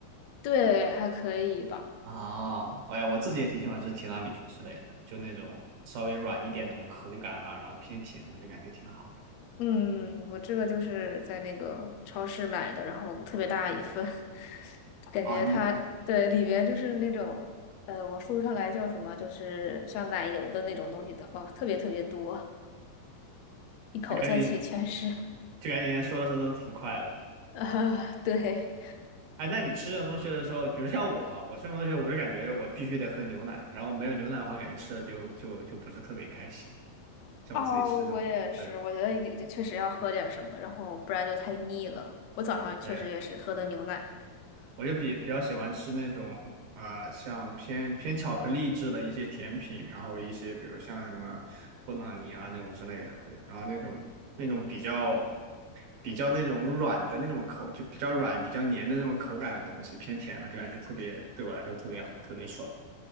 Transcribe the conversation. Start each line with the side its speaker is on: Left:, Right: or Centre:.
Left: 对，还可以吧。
Right: 啊，哎，我自己也挺喜欢吃提拉米苏之类的，就那种稍微软一点那种口感啊，然后偏甜的，就感觉挺好
Left: 嗯，我这个就是在那个超市买的，然后特别大一份，<laughs> 感觉它对里边就是那种，
Right: 啊。你
Left: 呃，我说不上来叫什么，就是像奶油的那种东西的，哦，特别特别多，一口下去全是，
Right: 就感觉就感觉说的时候都挺快乐。
Left: <laughs> 啊，对。
Right: 哎，那你吃这种东西的时候，比如像我啊我吃这种东西，我就感觉我必须得喝牛奶，然后没有牛奶的话，感觉吃的就就就不是特别开心。像我自己吃这种，
Left: 哦，我也是，
Right: 对
Left: 我觉得也也确实要喝点什么，然后不然就太腻了。我早上确实也是喝的牛奶，
Right: 对。我就比比较喜欢吃那种啊、像偏偏巧克力制的一些甜品，然后一些比如像什么布朗尼啊那种之类的，对，然后那种那种比较比较那种软的那种口，就比较软、比较黏的那种口感的东西，偏甜的，就感觉特别对我来说特别特别爽。